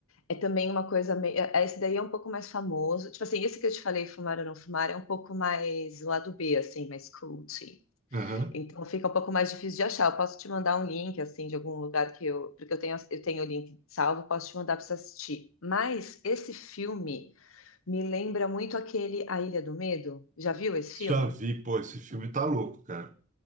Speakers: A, on the left (about 80°); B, on the right (about 40°).
A: é também uma coisa meio. é- é, Esse daí é um pouco mais famoso. Tipo assim, esse que eu te falei, Fumar ou Não Fumar, é um pouco mais o lado B, assim, mais cult.
B: Aham.
A: Então fica um pouco mais difícil de achar. Eu posso te mandar um link assim de algum lugar que eu, porque eu tenho eu tenho o link salvo, posso te mandar para você assistir. Mas esse filme me lembra muito aquele A Ilha do Medo. Já viu esse filme?
B: Já vi, pô, esse filme tá louco, cara.